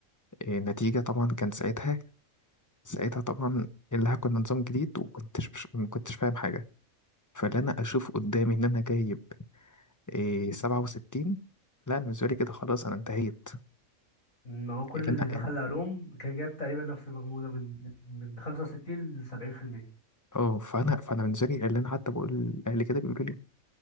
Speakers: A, on the left (about 15°); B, on the left (about 80°).
A: آه، نتيجة طبعا كان ساعتها ساعتها طبعا اللي كنا نظام جديد وكنتش مش ما كنتش فاهم حاجة فاللي انا اشوف قدامي ان انا جايب آه، سبعة وستين لا انا بالنسبة لي كده خلاص انا انتهيت
B: ان هو كل
A: اللي
B: اللي
A: انا
B: دخل علوم كان جايب تقريبا نفس المجموع ده من من من 65 ل 70%
A: اه فانا فانا بالنسبة لي اللي انا حتى بقول لاهلي كده بيقولوا لي